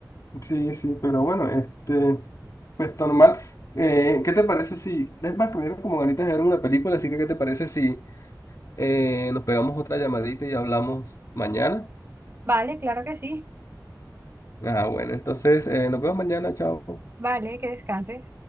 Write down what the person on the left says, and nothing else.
Sí, sí, pero bueno, este, pues normal. Eh, ¿qué te parece si, es más, me dieron como ganitas de ver una película, así que ¿qué te parece si eh, nos pegamos otra llamadita y hablamos mañana?
Ah, bueno, entonces eh, nos vemos mañana, chao.